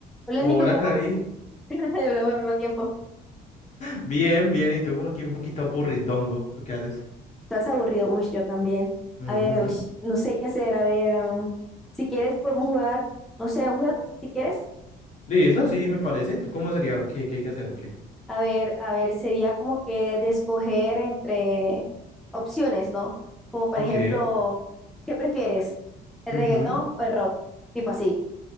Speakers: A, in the centre; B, on the left.
A: Hola
B: Hola,
A: Nico, ¿cómo
B: Cari.
A: vas? <laughs> Ya Hablamos al mismo tiempo.
B: Bien, bien, ¿y tú? Aquí un poquito aburridongo. ¿Tú qué haces?
A: ¿Estás aburrido? Uy, yo también.
B: Ujú.
A: A ver, uy, no sé qué hacer. A ver, um, si quieres podemos jugar, no sé, un juego, si quieres.
B: Listo, sí, me parece. ¿Tú cómo sería? ¿Qué, qué hay que hacer? Ok.
A: A ver, a ver, sería como que de escoger entre opciones, ¿no? Como por
B: Ok.
A: ejemplo, ¿qué prefieres? ¿El
B: Ujú.
A: reggaetón o el rock? Tipo así.